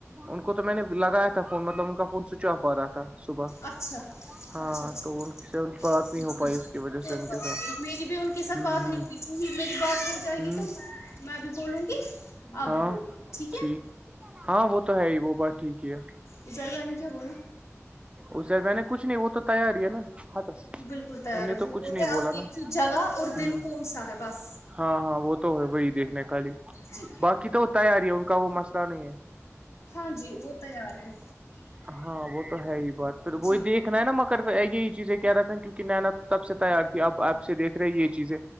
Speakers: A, on the right; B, on the left.
A: ان کو تو میں نے لگایا تھا فون مطلب ان کا فون سوئچ آف آا رہا تھا صبح
B: اچھا اچھا
A: ہاں
B: اچھا
A: تو ان سے بات
B: جی
A: نہیں ہو
B: جی
A: پائی اس کی وجہ
B: کوئی
A: سے ان
B: بات نہیں
A: کے ساتھ
B: میری بھی ان کے ساتھ
A: ہ
B: بات نہیں ہوئی کیوںہ میری بات ہو جائے
A: ہ ہ
B: گی تو میں بھی بولوں گی آپ
A: ہاں
B: بھی بولو
A: ٹھیک
B: ہے
A: ہاں وہ تو ہے ہی وہ بات ٹھیک ہی ہے
B: اجار بھائی نے کیا بولا
A: اسے میں نے کچھ نہیں وہ تو تیاری ہے نا ہاتس
B: بالکل تیار
A: ان نے
B: ہے وہپٹ
A: تو کچھ نہیں
B: ہے آپ
A: بولا
B: دیکھیے
A: نا
B: جگہ اور
A: ہ
B: دن کون سا ہے بس
A: ہاں ہاں وہ تو ہے وہی دیکھنے خی
B: جی
A: باقی تو وہ تیار ہی ہے ان کا وہ مسئلہ نہیں ہے
B: ہاں جی وہ تیار ہے
A: ہاں وہ تو ہے ہی بات پھر وہی
B: جی
A: دیکھنا ہے نا مگر یہی چیزیں کیا رہتا کیونکہ نینا تو تب سے تیار تھی اب آپ سے دیکھ رہے یہ چیزیں